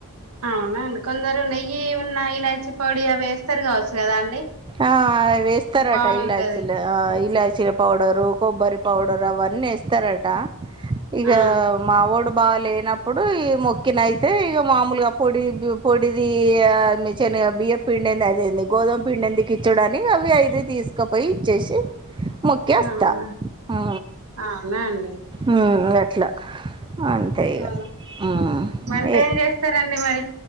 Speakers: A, on the right; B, on the right.
A: అవునా అండి కొందరు నెయ్యి ఉన్న ఇలాచి పొడి అవి ఏస్తారు గావచ్చు కదా అండి
B: ఆ వేస్తారట
A: బాగుంటది
B: ఇలాచ్చిలు ఆ ఇలా చ్చిల పౌడరు కొబ్బరి పౌడరు అవన్ని ఏస్తారట ఇగ
A: ఆ
B: మావోడు బాగాలేనప్పుడు ఈ మొక్కిన అయితే ఇగ మామొలుగా పొడి పొడిది ఈ యా శనుగ బియ్యప్పిండి అదింది గోధుమ పిండిదుకు ఇచ్చుడని అవి అయితే తీసుకుపోయి ఇచ్చేసి ముక్కేస్తొ
A: అవునా
B: ఆ
A: అవునా అండి
B: ఆ గట్లా అంతే ఇగ
A: ఆ
B: ఆ
A: వంట
B: ఎ
A: ఏం చేస్తారండి మరి